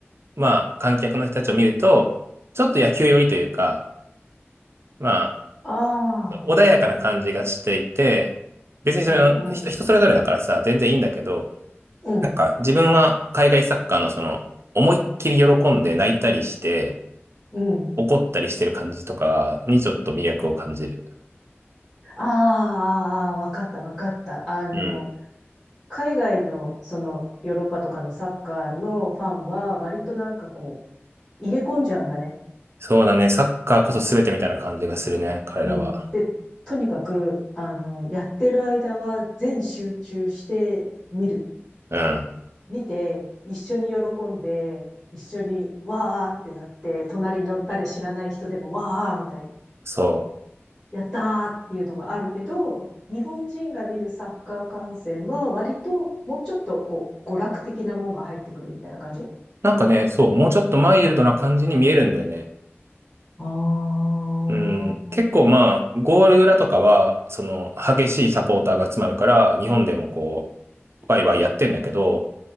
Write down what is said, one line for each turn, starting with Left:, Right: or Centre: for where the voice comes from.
Right: まあ観客の人たちを見ると、ちょっと野球寄りというか、まあ、
Left: あ
Right: 穏やかな感じがしていて、
Left: あ。
Right: 別にそれは人、
Left: うん。うん。
Right: 人それぞれだからさ、全然いいんだけど、
Left: うん。
Right: なんか自分は海外サッカーのその思いっきり喜んで泣いたりして
Left: うん。
Right: 怒ったりしてる感じとかにちょっと魅力を感じる。
Left: ああ、あーあー、わかった、わかった。あの、
Right: うん。
Left: 海外の、その、ヨーロッパとかのサッカーのファンは、割となんかこう、入れ込んじゃうんだね。
Right: そうだね。サッカーこそ全てみたいな感じがするね。彼らは。
Left: うん。で、とにかく、あの、やってる間は全集中して見る。
Right: うん。
Left: 見て、一緒に喜んで、一緒にわーってなって、隣の誰知らない人でもわーみたいな、
Right: そう。
Left: やったーっていうのがあるけど、日本人が見るサッカー観戦は割ともうちょっとこう娯楽的なもんが入ってくるみたいな感じ
Right: なんかね、そう。もうちょっとマイルドな感じに見えるんだよね。
Left: ああ。
Right: うん。結構まあ、ゴール裏とかは、その激しいサポーターが集まるから、日本でもこう、ワイワイやってんだけど、